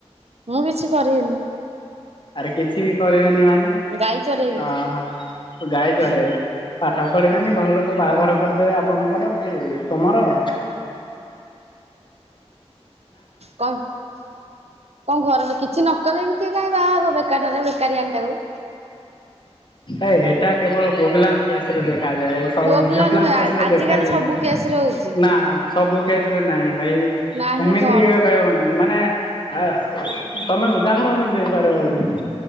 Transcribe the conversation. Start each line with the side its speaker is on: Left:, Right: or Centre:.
Right: ମୁଁ କିଛି କରିବିନି
Left: ଆରେ କିଛି ବି କରିବେନି ମାନେ
Right: ଗାଈ ଚରେଇବି।
Left: ଓହୋ ଗାଈ ଚଢେଇବେ
Right: ହୁଁ
Left: ପାଠ ପଢିବେନି
Right: ହୁଁ
Left: ଘର ଲୋକ ବାହାଘର କରିଦେବେ ଆପଣଙ୍କର ଏ ତମର <inaudible>
Right: କଣ <inaudible> କଣ ଘରରେ କିଛି ନ କଲେ ବି କିଏ କାଇହିଁ ବାହା ହବ ବେକାରାରେ ବେକାରୀ ଆଣି ଟାକୁ
Left: ଏ ଏଟା କେବଳ ପୁଅଙ୍କପିଲା କେସରେ ଦେଖ ଦେଖାଯାଏ ସବୁ
Right: ପୁଅ ପିଲା
Left: ଝିଅପିଲା
Right: ନୁହେଁ
Left: କେସରେ
Right: ଆ ଆଜିକାଲି
Left: ଦେଖାଯାଏନ
Right: ସବୁ କେସରେ ହଉଛି
Left: ନା ସବୁ କେସ ରେ ନାହିଁ ଭାଇ
Right: ନାହିଁ
Left: ଏମିତି
Right: କଣ।
Left: କେବେ ହଉନି ମାନେ ଆ ତମେ ଉଦାହରଣ ଦେଇପାରିବ କି